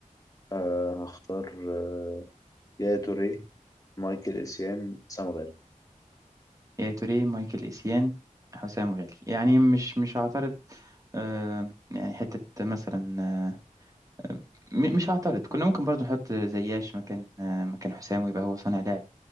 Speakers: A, on the left; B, on the right.
A: آه هختار آه يا توريه مايكل اسيان سام غالي
B: يا توريه مايكل إيسيان حسام غالي يعني مش مش هعترض آه، يعني حتة مثلا آه، آه، م- مش هعترض كنا ممكن برضو نحط زياش مكان آه، مكان حسام ويبقى هو صانع لعب